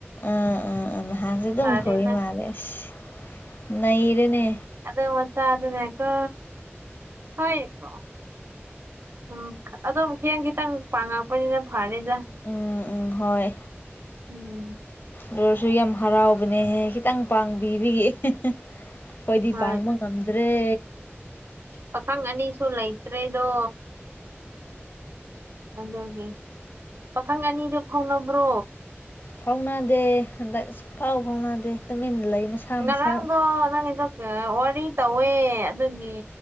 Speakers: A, on the left (about 50°); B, on the right (about 65°).
A: ꯑꯥ ꯑꯥ ꯑꯥ ꯅꯍꯥꯟꯁꯦ ꯑꯗꯨꯝ
B: ꯐꯔꯦ
A: ꯈꯣꯏꯏ
B: ꯅꯪ
A: ꯃꯥꯜꯂꯦ ꯑꯁ ꯅꯩꯔꯦꯅꯦ
B: ꯑꯗ ꯑꯣ ꯆ ꯑꯗꯅꯦꯀ ꯍꯣꯏꯀꯣ ꯎꯝ ꯑꯗꯣꯛ ꯈꯤꯇꯪ ꯈꯤꯇꯪ ꯄꯥꯡꯉꯛꯄꯅꯤꯅ ꯐꯔꯦꯗ
A: ꯎꯝ ꯎꯝ ꯍꯣꯏ
B: ꯎꯝ
A: ꯂꯣꯔꯁꯨ ꯌꯥꯝ ꯍꯔꯥꯎꯕꯅꯦꯍꯦ ꯈꯤꯇꯪ ꯄꯥꯡꯕꯤꯕꯤ ꯑꯩꯣꯏꯗꯤ
B: ꯍꯣꯏ
A: ꯄꯥꯡꯕ ꯉꯝꯗ꯭ꯔꯦ
B: ꯄꯥꯈꯪ ꯑꯅꯤꯁꯨ ꯂꯩꯇ꯭ꯔꯦꯗꯣ ꯑꯗꯨꯒꯤ ꯄꯥꯈꯪ ꯑꯅꯤꯗꯨ ꯐꯥꯎꯅꯕ꯭ꯔꯣ
A: ꯐꯥꯎꯅꯗꯦ ꯍꯟꯗꯛ ꯑꯛ ꯐꯥꯎ ꯐꯥꯎꯅꯗꯦ ꯇꯨꯃꯤꯟꯅ ꯂꯩ ꯃꯁꯥ
B: ꯉꯔꯥꯡꯗꯣ
A: ꯃꯁꯥ
B: ꯅꯪꯗ ꯋꯥꯔꯤ ꯇꯧꯋꯦ ꯑꯗꯨꯒꯤ